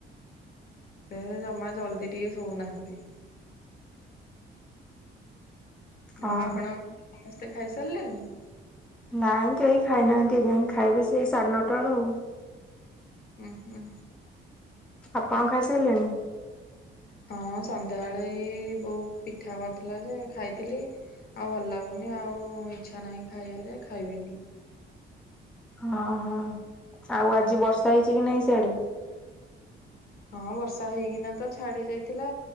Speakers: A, on the left; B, in the centre.
A: ସେ ହେ ଜମା ଜଲ୍ଦି ଟିକେ ଶୋଉନାହାନ୍ତି। ଆଉ
B: ଓହୋ
A: ଆପଣ ସମସ୍ତେ ଖାଇ ସାରିଲେଣି?
B: ନାଇଁ କେହି ଖାଇନାହାନ୍ତି ଏଯାଏଁ ଖାଇବେ ସେଇ ସାଢ଼େ ନଅଟା ଆଳୁ।
A: ଉଁହୁଁ।
B: ଆପଣ ଖାଇସାରିଲେଣି?
A: ହଁ ସନ୍ଧ୍ୟାବେଳେ ଏଇ ବୋଉ ପିଠା କରିଥିଲା ଯେ ଖାଇଥିଲି। ଆଉ ଭଲ ଲାଗୁନି ଆଉ ଇଚ୍ଛା ନାହିଁ ଖାଇବାରେ ଖାଇବିନି।
B: ହଁ ହଁ ଆଉ ଆଜି ବର୍ଷା ହେଇଚି କି ନାଇଁ ସ୍ୟାଡେ?
A: ହଁ ବର୍ଷା ହେଇକିନା ତ ଛାଡି ଯାଇଥିଲା